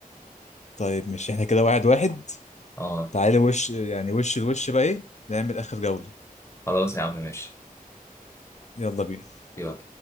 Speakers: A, on the left; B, on the left.
A: طيب مش احنا كده واحد واحد
B: اه
A: تعالي وش يعني وش الوش بقى ايه نعمل اخر جولة
B: خلاص يا عم ماشي
A: يلا بينا
B: يلا